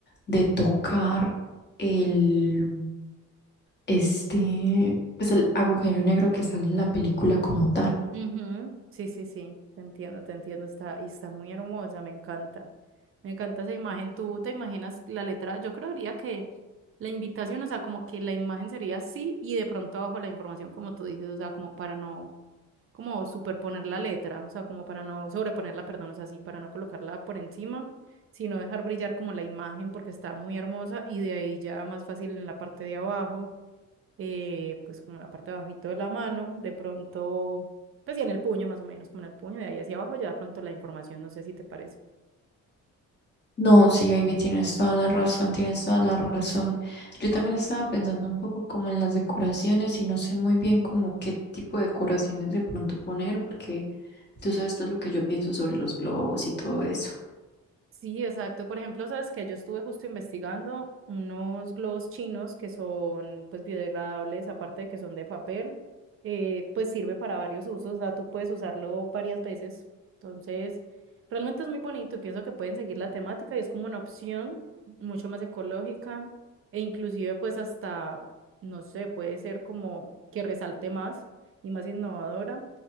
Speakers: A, on the left; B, on the right.
A: de tocar el, este, pues el agujero negro que sale en la película como tal.
B: Ujú, Sí, sí, sí, te entiendo, te entiendo, está, y está muy hermosa, me encanta, me encanta esa imagen, tú te imaginas la letra, yo creería que la invitación, o sea, como que la imagen sería así y de pronto abajo la información, como tú dices, o sea, como para no, como superponer la letra, o sea, como para no sobreponerla, perdón, o sea, así, para no colocarla por encima, sino dejar brillar como la imagen porque está muy hermosa y de ahí ya más fácil en la parte de abajo eh, pues como en la parte de abajito de la mano, de pronto, pues ya en el puño más o menos, como en el puño, de ahí hacia abajo, ya de pronto la información, no sé si te parece.
A: No, sí, baby, tienes toda la razón, tienes toda la razón. Yo también estaba pensando un poco como en las decoraciones y no sé muy bien como qué tipo de decoraciones de pronto poner, porque tú sabes todo lo que yo pienso sobre los globos y todo eso.
B: Sí, exacto. Por ejemplo, sabes que yo estuve justo investigando unos globos chinos que son pues biodegradables, aparte de que son de papel, eh, pues sirve para varios usos, o sea, tú puedes usarlo varias veces. Entonces, realmente es muy bonito y pienso que pueden seguir la temática y es como una opción mucho más ecológica e inclusive pues hasta, no sé, puede ser como que resalte más y más innovadora